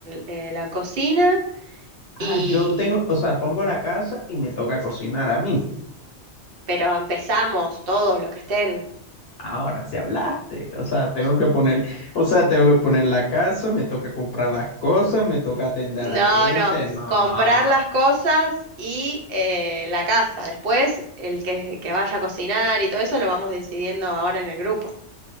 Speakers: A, on the right; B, on the left.
A: eh, la cocina y...
B: Ah, yo tengo, o sea, pongo la casa y me toca cocinar a mí.
A: Pero empezamos todos los que estén.
B: Ahora sí hablaste. O sea, tengo que poner, o sea, tengo que poner la casa, me toca comprar las cosas, me toca atender
A: No,
B: a la gente.
A: no,
B: No.
A: comprar
B: Ah,
A: las cosas y eh, la casa. Después, el que, que vaya a cocinar y todo eso lo vamos decidiendo ahora en el grupo.